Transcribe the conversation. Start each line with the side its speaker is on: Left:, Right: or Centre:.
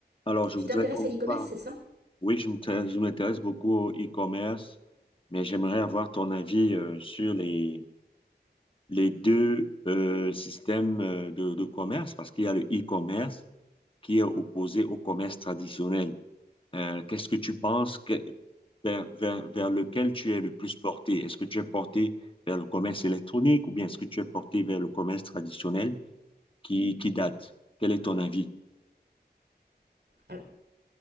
Left: Alors, je
Right: Tu
Left: voudrais
Right: t'intéresses
Left: qu'on
Right: à l'e-commerce,
Left: parle.
Right: c'est ça
Left: Oui, je m'intéresse je m'intéresse beaucoup au e-commerce, mais j'aimerais avoir ton avis euh, sur les, les deux euh, systèmes euh, de, de commerce, parce qu'il y a le e-commerce qui est opposé au commerce traditionnel. Euh, qu'est-ce que tu penses que- vers, vers, vers lequel tu es le plus porté? Est-ce que tu es porté vers le commerce électronique ou bien est-ce que tu es porté vers le commerce traditionnel qui, qui date? Quel est ton avis?
Right: alors,